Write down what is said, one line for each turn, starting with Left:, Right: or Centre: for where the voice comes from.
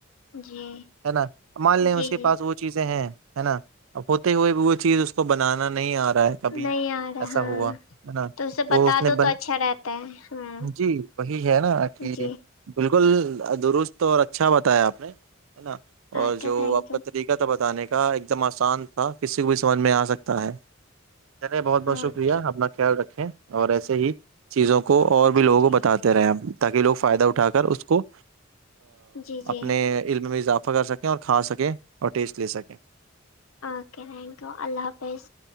Left: جی
Right: ہے نا مان لیں اس
Left: جی
Right: کے
Left: جی
Right: پاس وہ چیزیں ہیں ہے نا اب ہوتے ہوئے وہ چیز اس کو بنانا نہیں آ رہا ہے کبھی
Left: نہیں آ رہا
Right: ایسا ہوا نا
Left: اسے
Right: تو
Left: بتا
Right: اس نے
Left: دو
Right: بن
Left: اچھا رہتا ہے ہوں
Right: جی وہی ہے نا کہ
Left: جی
Right: بالکل بالکل درست اور اچھا بتایا آپ نے ہے نا اور
Left: اوکے
Right: جو
Left: تھینک
Right: آپ کا
Left: یو
Right: طریقہ تھا بتانے کا ایک دم آسان تھا کسی کو بھی سمجھ میں آ سکتا ہے بہت بہت
Left: اوکے
Right: شکریہ اپنا خل رکھیں اور ایسے ہی چیزوں کو اور بھی
Left: جی
Right: لوگوں کو
Left: ٹھیک
Right: بتاتے رہے ہم تاکہ لوگ فائدہ اٹھا کر اس کو
Left: جی جی
Right: اپنے علم میں اضاف پکر سکیں اور کھا سکیں اور ٹیسٹ لے سکیں
Left: اوکے تھینک یو اللہ حافظ